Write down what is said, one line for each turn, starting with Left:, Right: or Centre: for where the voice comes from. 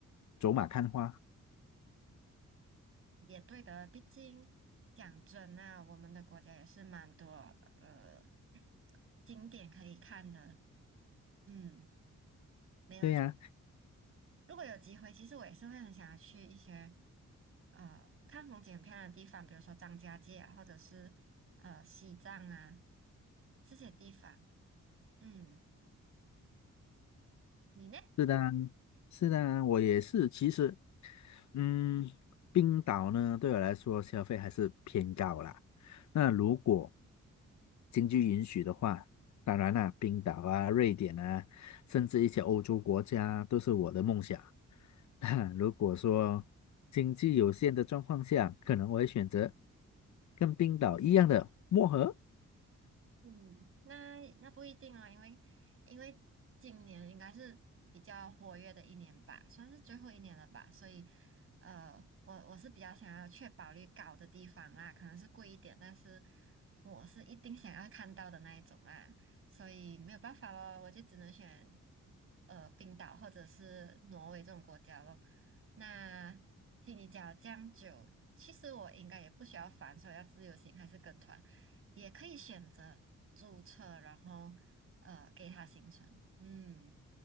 Left: 走马看花。
Right: 也对的，毕竟讲真啊，我们的国家也是蛮多呃景点可以看的。嗯，没有错，
Left: 对呀、
Right: 如果有机会，其实我也是会很想要去一些呃看风景很漂亮的地方，比如说张家界啊，或者是呃西藏啊这些地方。嗯，你呢？
Left: 是的啊是的啊我也是。其实，嗯，冰岛呢，对我来说消费还是偏高啦。那如果经济允许的话，当然啦、冰岛啊、瑞典啊，甚至一些欧洲国家都是我的梦想。<laughs> 那如果说经济有限的状况下，可能我会选择跟冰岛一样的漠河。
Right: 嗯，那那不一定哦，因为因为今年应该是比较活跃的一年吧，算是最后一年了吧，所以呃，我我是比较想要确保率高的地方啦，可能是贵一点，但是我是一定想要看到的那一种啦，所以没有办法咯，我就只能选呃冰岛或者是挪威这种国家咯。那听你讲了这样久，其实我应该也不需要烦说要自由行还是跟团。也可以选择注册，然后呃给它行程，嗯，